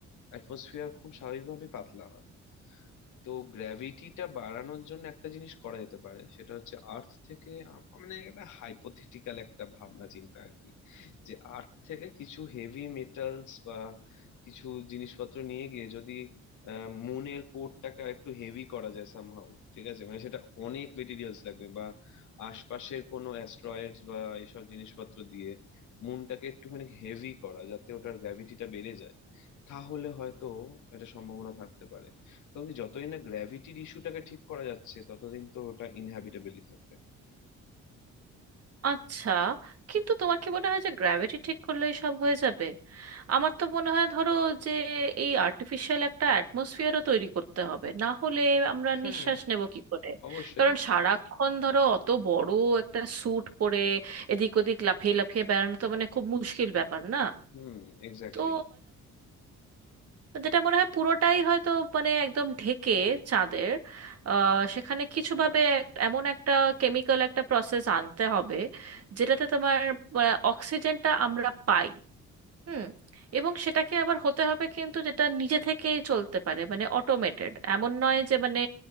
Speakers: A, on the left; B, on the right.
A: অ্যাটমসফিয়ার খুব স্বাভাবিকভাবে পাতলা হয় তো গ্র্যাভিটিটা বাড়ানোর জন্য একটা জিনিস করা যেতে পারে সেটা হচ্ছে আর্থ থেকে আ- মানে একটা হাইপোথেটিক্যাল একটা ভাবনা চিন্তা আর কি যে আর্থ থেকে কিছু হেভি মেটালস বা কিছু জিনিসপত্র নিয়ে গিয়ে যদি আহ, মুনের কোরটাকে আর একটু হেভি করা যায় সামহাউ ঠিক আছে মানে সেটা অনেক মেটেরিয়ালস লাগবে বা আশপাশের কোনো অ্যাস্ট্রয়েডস বা এসব জিনিসপত্র দিয়ে মুনটাকে একটুখানি হেভি করা যাতে ওটার গ্র্যাভিটিটা বেড়ে যায় তাহলে হয়তো একটা সম্ভাবনা থাকতে পারে কারণ কি যতদিন না গ্র্যাভিটির ইস্যুটাকে ঠিক করা যাচ্ছে ততদিন তো ওটা ইনহ্যাবিটেবলই থাকবে
B: আচ্ছা কিন্তু তোমার কি মনে হয় যে গ্র্যাভিটি ঠিক করলেই সব হয়ে যাবে আমার তো মনে হয় ধরো যে এই আর্টিফিশিয়াল একটা অ্যাটমসফিয়ারও তৈরি করতে হবে না হলে আমরা
A: হ্যাঁ
B: নিঃশ্বাস নেব কি করে
A: অবশ্যই
B: কারণ সারাক্ষণ ধরো অত বড় একটা স্যুট পরে এদিক ওদিক লাফিয়ে লাফিয়ে বেড়ানো তো মানে খুব মুশকিল ব্যাপার না
A: হুম এক্স্যাক্টলি
B: তো যেটা মনে হয় পুরোটাই হয়তো মানে একদম ঢেকে চাঁদের আহ, সেখানে কিছু ভাবে এক- এমন একটা কেমিক্যাল একটা প্রসেস আনতে হবে যেটাতে তোমার আহ, অক্সিজেনটা আমরা পাই হুম এবং সেটাকে আবার হতে হবে কিন্তু যেটা নিজে থেকেই চলতে পারে মানে অটোমেটেড এমন নয় যে মানে